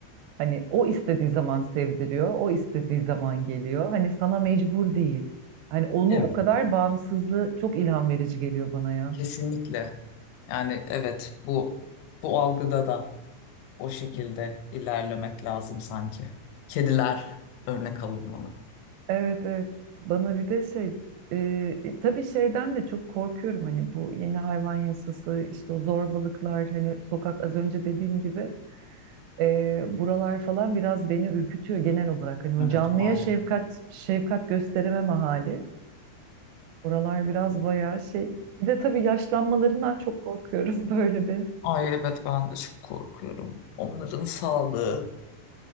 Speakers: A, on the right (about 85°); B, on the left (about 80°).
A: Hani o istediği zaman sevdiriyor, o istediği zaman geliyor. Hani sana mecbur değil. Hani onu
B: Evet,
A: o kadar bağımsızlığı çok ilham verici geliyor bana ya.
B: kesinlikle. Yani evet bu bu algıda da o şekilde ilerlemek lazım sanki. Kediler örnek alınmalı.
A: Evet evet. Bana bir de şey e, tabii şeyden de çok korkuyorum hani bu yeni hayvan yasası işte o zorbalıklar hani sokak az önce dediğim gibi e, buralar falan biraz beni ürkütüyor genel olarak. Hani o
B: Evet
A: canlıya
B: maalesef.
A: şefkat şefkat gösterememe hali. Oralar biraz bayağı şey. Bir de tabii yaşlanmalarından çok korkuyorum <laughs> böyle bir.
B: Ay evet ben de çok korkuyorum. Onların sağlığı,